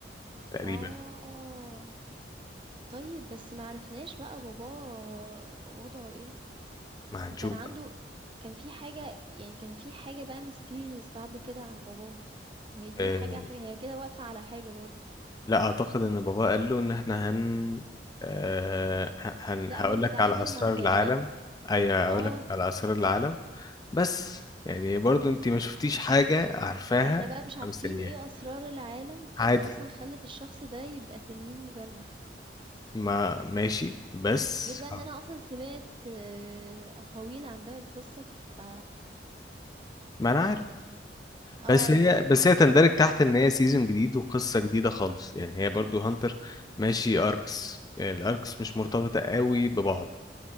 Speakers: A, on the left (about 20°); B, on the right (about 30°).
A: تقريبا
B: آه، طيب بس ما عرفناش بقى باباه وضعه إيه؟
A: ما هنشوف
B: هو كان عنده
A: بقى.
B: كان في حاجة ك يعني كان في حاجة بقى mysterious بعد كده عن باباه، هي دي
A: آه،
B: حاجة على فكرة هي كده واقفة على حاجة برضه،
A: لا اعتقد ان باباه قال له ان احنا هن آه، ه- هن
B: لأ
A: هقول
B: هو بيتعامل
A: لك على اسرار
B: مع كيانات،
A: العالم ايوه هقول
B: آه.
A: لك على اسرار العالم بس يعني برضو انت ما شفتيش حاجة عارفاها
B: ما احنا بقى مش عارفين
A: أنا مستنياها
B: ايه اسرار العالم اللي
A: عادي
B: اصلا خلت الشخص ده يبقى تنين مجنح
A: ما ماشي بس
B: غير بقى ان انا اصلا سمعت آه، اقاويل عن باقي القصة ف
A: ما
B: ف
A: انا عارف
B: ف- اه
A: بس
B: يعني
A: هي
B: في
A: بس هي تندرج تحت ان هي سيزون جديد وقصة جديدة خالص يعني هي برضو هانتر ماشي اركس يعني الاركس مش مرتبطة قوي ببعض